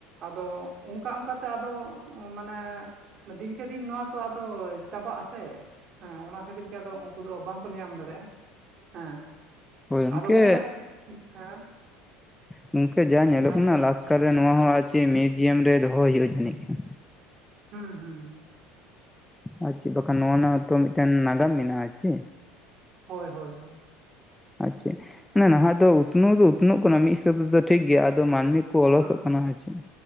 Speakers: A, on the right; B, in the centre.
A: ᱟᱫᱚ ᱚᱱᱠᱟ ᱚᱱᱠᱟᱛᱮ ᱟᱫᱚ ᱾ ᱢᱟᱱᱮ ᱫᱤᱱᱠᱮ-ᱫᱤᱱ ᱱᱚᱣᱟ ᱛᱚ ᱟᱫᱚ ᱪᱟᱵᱟᱜ ᱟᱥᱮ ᱾ ᱦᱮᱸ ᱚᱱᱟ ᱠᱷᱟᱹᱛᱤᱨ ᱜᱮ ᱟᱫᱚ ᱩᱱᱠᱩ ᱫᱚ ᱵᱟᱝᱠᱚ ᱧᱮᱧᱟᱢ ᱫᱟᱲᱮᱭᱟᱜᱼᱟ ᱾ ᱦᱮᱸ
B: ᱦᱳᱭ ᱜᱚᱢᱠᱮ
A: ᱟᱫᱚ ᱜᱚᱝᱠᱮ ᱦᱮᱸ᱾
B: ᱜᱚᱝᱠᱮ ᱡᱟ ᱧᱮᱞᱚᱜ
A: ᱦᱮᱸ
B: ᱠᱟᱱᱟ
A: ᱞᱟᱹᱭ ᱵᱤᱱ
B: ᱞᱟᱥᱠᱟᱨ ᱨᱮ ᱱᱚᱶᱟ ᱦᱚᱸ ᱟᱨ ᱪᱮᱫ ᱢᱤᱭᱩᱡᱤᱭᱟᱢ ᱨᱮ ᱫᱚᱦᱚᱭ ᱦᱳᱭᱳᱜᱼᱟ ᱡᱟᱹᱱᱤᱡ ᱠᱷᱟᱱ᱾
A: ᱦᱩᱸ-ᱦᱩᱸ
B: ᱟᱨ ᱪᱮᱫ ᱵᱟᱠᱷᱟᱱ ᱱᱚᱣᱟ ᱨᱮᱱᱟᱜ ᱦᱚᱸᱛᱚ ᱢᱤᱫᱴᱮᱱ ᱱᱟᱜᱟᱢ ᱢᱮᱱᱟᱜᱼᱟ ᱪᱮ᱾
A: ᱦᱳᱭ-ᱦᱳᱭ-ᱦᱳᱭ
B: ᱟᱪᱷᱟ ᱢᱟᱱᱮ ᱱᱟᱦᱟᱜ ᱫᱚ ᱩᱛᱱᱟᱹᱣ ᱫᱚ ᱩᱛᱱᱟᱹᱜ ᱠᱟᱱᱟ ᱢᱤᱫ ᱦᱤᱥᱟᱹᱵ ᱛᱮᱫᱚ ᱴᱷᱤᱠᱜᱮᱭᱟ ᱟᱫᱚ ᱢᱟᱹᱱᱢᱤ ᱠᱚ ᱚᱞᱚᱥᱚᱜ
A: ᱦᱮᱸ
B: ᱠᱟᱱᱟ ᱟᱨ ᱪᱮᱫ᱾